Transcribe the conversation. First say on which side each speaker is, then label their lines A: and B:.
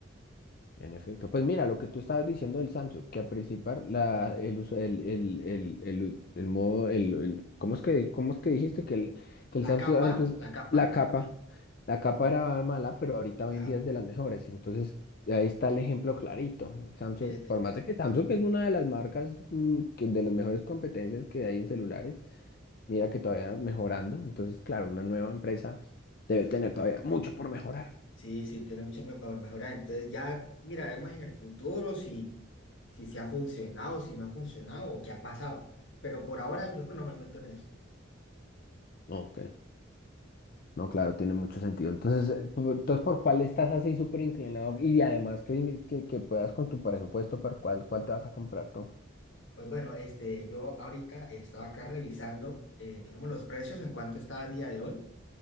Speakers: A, on the left; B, on the left.
A: En efecto, pues mira, lo que tú estabas diciendo del Samsung, que a principar la, el uso, el, el, el, el, el modo, el, el- ¿cómo es que, cómo es que dijiste que el, que el
B: La
A: Samsung
B: capa,
A: antes,
B: la capa,
A: la capa, la capa era mala, pero ahorita hoy
B: ajá,
A: en día es de las mejores, entonces ahí está el ejemplo clarito, Samsung,
B: eh,
A: por más de que Samsung es una de las marcas mm, que de las mejores competencias que hay en celulares, mira que todavía mejorando, entonces claro, una nueva empresa debe tener todavía mucho por mejorar.
B: sí, sí, tiene mucho me- para mejorar, entonces ya miraremos en el futuro si, si se ha funcionado, si no ha funcionado o qué ha pasado, pero por ahora <laughs> yo no me meto en eso.
A: Ok. No, claro, tiene mucho sentido. Entonces, eh, pu- entonces ¿por cuál estás así súper inclinado? Y además que, que, que puedas con tu presupuesto, ¿por cuál, cuál te vas a comprar tú?
B: Pues bueno, este, yo ahorita estaba acá revisando, eh, digamos, los precios en cuanto está a día de hoy.